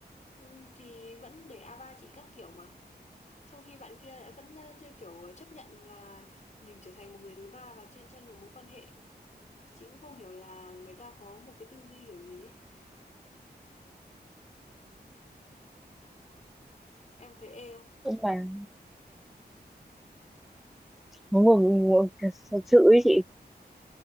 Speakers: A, on the left; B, in the centre.
A: ừm, thì vẫn để ava chị các kiểu mà. Trong khi bạn kia lại vẫn ờ, chơi kiểu chấp nhận là mình trở thành một người thứ ba và chen chân vào mối quan hệ. Chị cũng không hiểu là người ta có một cái tư duy kiểu gì ấy. Em thấy ê không?
B: nhưng mà ngồi ngồi thật sự ý chị